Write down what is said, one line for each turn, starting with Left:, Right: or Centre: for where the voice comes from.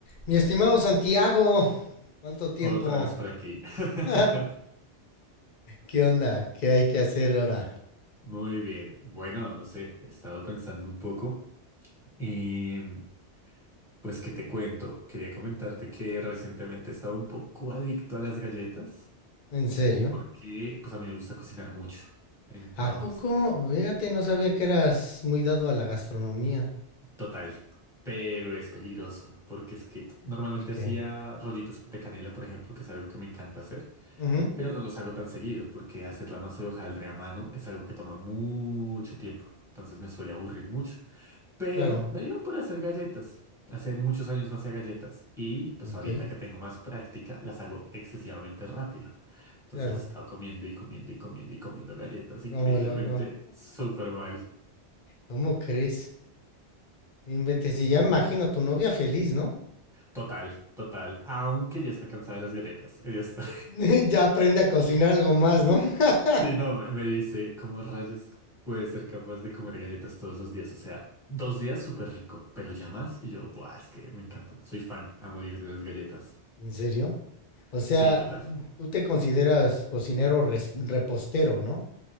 Left: Mi estimado Santiago, ¿cuánto tiempo?
Centre: Otra vez por aquí. <laughs>
Left: <laughs> ¿Qué onda? ¿Qué hay que hacer ahora?
Centre: Muy bien. Bueno, no sé, he estado pensando un poco y mm, pues qué te cuento. Quería comentarte que recientemente he estado un poco adicto a las galletas
Left: ¿En serio?
Centre: porque pues a mí me gusta cocinar mucho. Entonces,
Left: ¿A poco? Fíjate, no sabía
Centre: sí,
Left: que eras muy dado a la gastronomía.
Centre: total. Pero es peligroso porque es que normalmente
Left: Porque.
Centre: hacía rollitos de canela, por ejemplo, que es algo que me encanta hacer.
Left: Ujú,
Centre: Pero no los hago tan seguido, porque hacer la masa de hojaldre a mano es algo que toma mucho tiempo, entonces me suele aburrir mucho. Pero
Left: claro.
Centre: me dio por hacer galletas. Hace muchos años no hacía galletas y pues
Left: Ok,
Centre: ahorita que tengo más práctica las hago excesivamente rápido. Entonces
Left: claro.
Centre: he estado comiendo y comiendo y comiendo y comiendo galletas increíblemente
Left: ¿Cómo loco?
Centre: súper mal.
Left: ¿Cómo crees? No Inventes, y ya me imagino a tu novia feliz, ¿no?
Centre: Total, total. Aunque ya está cansada de las galletas. Ella está
Left: <laughs> ya aprende a cocinar algo más, ¿no? <laughs>
Centre: Sí, no, me dice, ¿cómo rayos puede ser capaz de comer galletas todos los días? O sea, dos días súper rico, pero ya más. Y yo, buah, es que me encantan. Soy fan a morir de las galletas.
Left: ¿En serio? O sea,
Centre: Sí, total.
Left: tú te consideras cocinero res- repostero, ¿no?